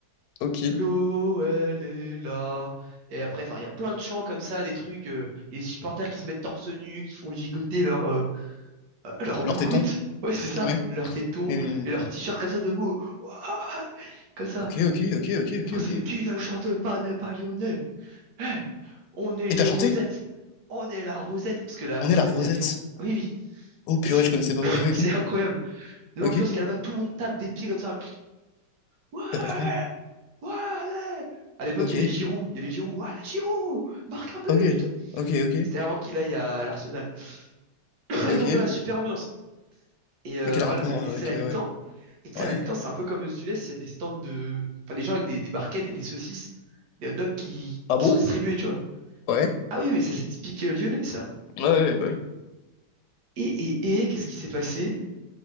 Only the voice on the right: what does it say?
l'eau elle est là. Et après, enfin, il y a plein de chants comme ça, des trucs, euh, les supporters qui se mettent torse nu, qui font gigoter leur euh, <laughs> leur
gougoute.
Ouais, c'est ça,
leurs tétons
et leurs t-shirts comme ça de beau. Ouah, comme ça.
Et après, ça
fait qui ne chante pas n'est pas lyonnais. Hey, on est
les
Rosettes.
On est la Rosette. Parce que la Rosette
à Lyon. Ah Oui, oui.
Et c'est,
<coughs>
<laughs>
c'est incroyable. L'ambiance
qu'il y a là-bas, tout le monde tape des pieds comme ça. Ouais,
ouais, allez. À l'époque,
il y avait Giroud. Il y avait Giroud. Ouais, Giroud, marque un but.
C'était avant qu'il aille à l'Arsenal. <coughs> <clears throat>
Et donc voilà, super ambiance. Et euh,
voilà,
le-
c'est la
mi-temps.
Et tu sais,
à la mi-temps, c'est un peu comme aux US, il y a des stands de. Enfin, des gens avec des, des barquettes et des saucisses, des hot dogs qui,
qui
sont distribués, tu vois.
Ah oui, oui, ça c'est typique euh, lyonnais, ça.
Et, et, et, qu'est-ce qui s'est passé?